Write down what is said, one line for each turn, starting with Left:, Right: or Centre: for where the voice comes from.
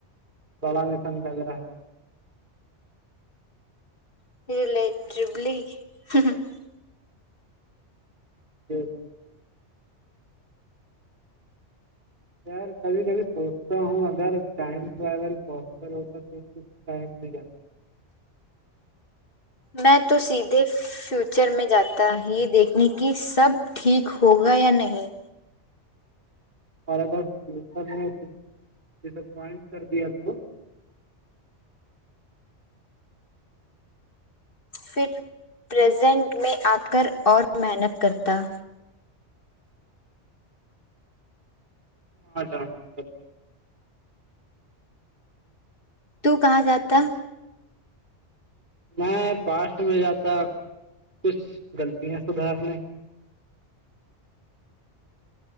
Right: بڑا مسن لگ رہا ہے
Left: <unintelligible>
Right: جی یار کبھی کبھی سوچتا ہوں اگر ٹائم ٹریول پوسسیبل ہوتا تو اس ٹائم بھی جا
Left: میں تو سیدھی فیوچر میں جاتا ہے یہ دیکھنے کی سب ٹھیک ہوگا یا نہیں
Right: اور اگر فیوچر نے ڈسپوینٹ کر دیا تو
Left: پھر پرزینٹ میں آ کر اور محنت کرتا
Right: <unintelligible>
Left: تو کہاں جاتا
Right: میں پاسٹ میں جاتا کچھ غلطیاں سدھارنے